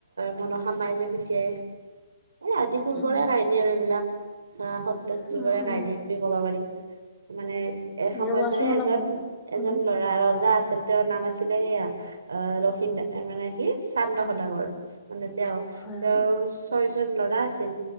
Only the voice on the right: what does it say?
মনসা মাই যে খুটিয়াই এই আদি পূৰ্বৰে
কাহিনী আৰু এইবিলাক ধৰা সত্য
যুগৰে
কাহিনী বুলি ক'ব পাৰি। মানে এসময়ত
মানে
এজন,
এজন ল'ৰা ৰজা আছে। তেওঁৰ নাম আছিলে সেয়া আহ লক্ষিণ দা মানে কি চান্দ সদাগৰ। মানে তেওঁ,
তেওঁৰ
ছয়জন ল'ৰা আছিল।